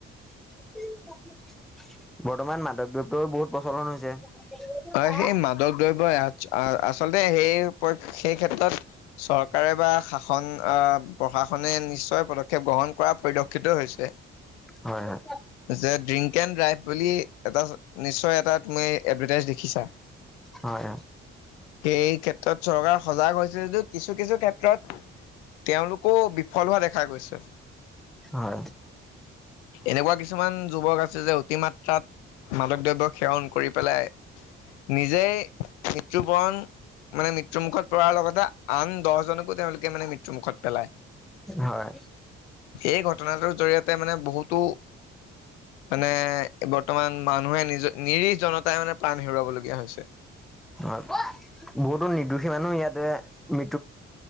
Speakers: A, in the centre; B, on the left.
A: <unintelligible> বৰ্তমান মাদৱদ্ৰব্য বহুত প্ৰচলন হৈছে।
B: হয় সেই মাদক দ্ৰব্যই আচলতে সেই পক্ষ সেই ক্ষেত্ৰত চৰকাৰে বা শা সন আহ প্ৰশাসনে- নিশ্চয় পদক্ষেপ গ্ৰহণ কৰা পৰিলক্ষিত হৈছে।
A: হয় হয়
B: যে ড্ৰিংক এণ্ড ড্ৰাইভ। বুলি এটা নিশ্চয় এটা তুমি এডভাৰটাইজ দেখিছা।
A: হয়
B: সেই ক্ষেত্ৰত চৰকাৰ সজাগ হৈছিল যদিও কিছু কিছু ক্ষেত্ৰত তেওঁলোকো বিফল হোৱা দেখা খা গৈছে।
A: হয়
B: এনেকুৱা কিছুমান যুৱক আছে যে অতিমাত্ৰাত মাদক দ্ৰব্য সেৱন কৰি পেলাই নিজেই মৃত্যুবৰণ মানে মৃত্যু মুুখত পৰাৰ লগতে আন দহজনকো তেওঁলোকে মানে মৃত্যু মুখত পেলায়।
A: হয়।
B: সেই ঘটনাটোৰ জৰিয়তে মানে বহুতো মানে এ ব তমান মানুহে নিজ নিৰিহ জনতাই মানে প্ৰাণ হেৰুৱাবলগীয়া হৈছে।
A: অঁ, বহুতো নিৰ্দোষী মানুহ ইয়াতে মি